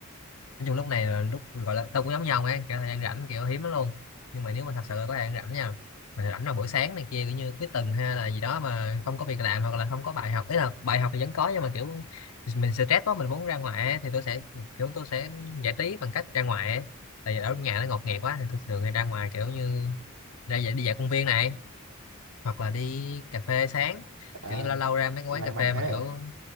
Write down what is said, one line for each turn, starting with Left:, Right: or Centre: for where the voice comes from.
Left: nói chung lúc này là lúc gọi là tao cũng giống nhau ấy kiểu thời gian rảnh kiểu hiếm lắm luôn nhưng mà nếu mà thật sự có thời gian rảnh nha mà rảnh là buổi sáng này kia kiểu như cuối tuần hay là gì đó mà không có việc làm hoặc là không có bài học ý là bài học thì vẫn có nhưng mà kiểu mình stress quá mình muốn ra ngoài ấy, thì tôi sẽ kiểu tôi sẽ giải trí bằng cách ra ngoài ấy. tại vì ở nhà nó ngột ngạt quá thì tôi thường hay ra ngoài kiểu như ra dạy đi dạo công viên này hoặc là đi cà phê sáng
Right: trời
Left: kiểu
Right: ơi
Left: như lâu lâu ra mấy cái
Right: sao
Left: quán
Right: lành
Left: cà
Right: mạnh
Left: phê
Right: thế
Left: mà kiểu